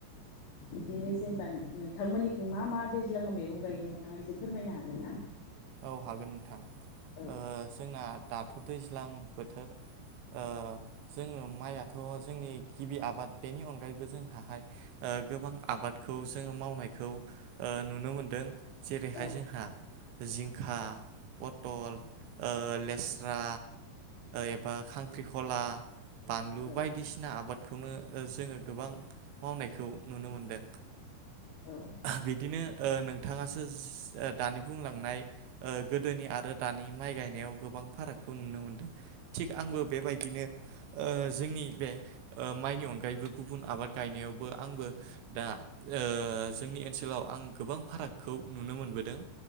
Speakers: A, on the left; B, on the right.
A: बिदिनो जेनेबा नोंथांमोननिख मा मा दैज्लाङाव मैगं गायो नोंथाङा एसे फोरमायनो हागोन ना?
B: औ हागोन नोंथां
A: औ
B: ओ जोंना दाथ' दैज्लां बोथोर। ओ जोङो माइयाथ' जोंनि गिबि आबाद बेनि अनगायैबो जोंहाहाय गोबां आबादखौ जोङो मावनायखौ नुनो मोनदों। जेरैहाय
A: औ
B: जोंहा जिंखा पथल ओ लेस्रा एबा खांख्रिखला। बानलु
A: औ
B: बायदिसिना आबाद। खौनो जोङो गोबां। मावनायखौ नुनो मोनदों।
A: औ
B: बिदिनो ओ नोंथाङासो दानि बुंलांनाय। ओ गोदोनि आरो। दानि माइ गायनायाव गोबां फारागखौ नुनो मोन्दों थिग आंबो बेबायदिनो ओ जोंनि बे माइनि अनगायैबो गुबुन आबाद गायनायावबो आंबो दा ओ जोंनि ओनसोलाव आं गोबां फाराग खौ नुनो मोनबोदों।